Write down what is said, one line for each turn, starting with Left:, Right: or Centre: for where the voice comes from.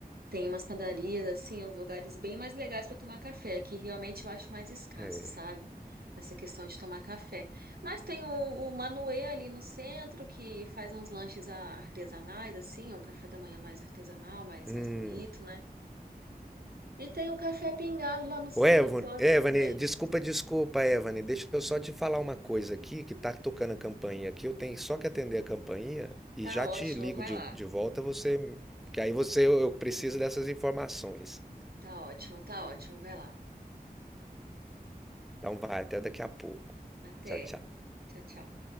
Right: tem umas padarias, assim, uns lugares bem mais legais para tomar café, que realmente eu acho mais escasso,
Centre: É.
Right: sabe? Nessa questão de tomar café. Mas tem o, o Manuê ali no centro, que faz uns lanches a- artesanais, assim, um café da manhã mais artesanal, mais,
Centre: Hum.
Right: mais bonito, né? E tem o Café Pingado lá no centro
Centre: Ô, Evan-
Right: histórico
Centre: Evane,
Right: também.
Centre: desculpa, desculpa, Evane. Deixa eu só te falar uma coisa aqui, que tá tocando a campainha aqui. Eu tenho só que atender a campainha e
Right: Tá
Centre: já
Right: ótimo,
Centre: te ligo
Right: vai
Centre: de,
Right: lá.
Centre: de volta, você, que aí você, eu eu preciso dessas informações.
Right: Tá ótimo, tá ótimo, vai lá.
Centre: Então vai, até daqui a pouco.
Right: Até.
Centre: Tchau, tchau.
Right: Tchau, tchau.